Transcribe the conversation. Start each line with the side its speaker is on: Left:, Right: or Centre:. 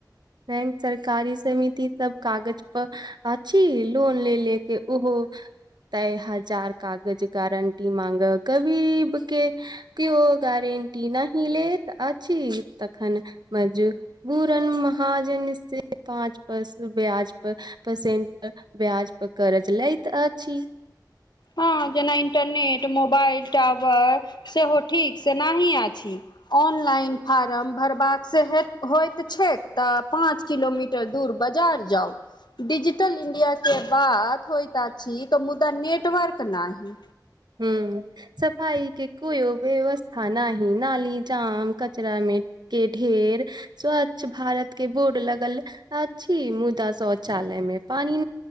Right: बैंक सरकारी समिति सब कागज पर अछि लोन ले ले के ओहो <unintelligible> तय हजार कागज गारंटी मांगा गरीब के क्यो गारे गेरेंटी नहि लैत अछि तखन मजबुरन म हा जे निहच्ये पांच परसन ब्याज पर परसेंट ब्याज पर कर्ज लेय तऽ अछि
Left: हँ जेना मोबाइल टावर सेहो ठीक से नहि अछि लइन फार्म भरबाक से होत छैक तऽ पाँच किलोमीटर दूर बाजार जाउ डिजिटल इंडिया के बात होइत अछि तऽ मुदा नेट नेटवर्क नहि
Right: ह सफाइ के कोइ वबेस्था हँ नही नाली जाम कचरा मे के ढेर स्वच्छ भारत के बोड लगल अछि मुदा शौचालय टाइम मे पानी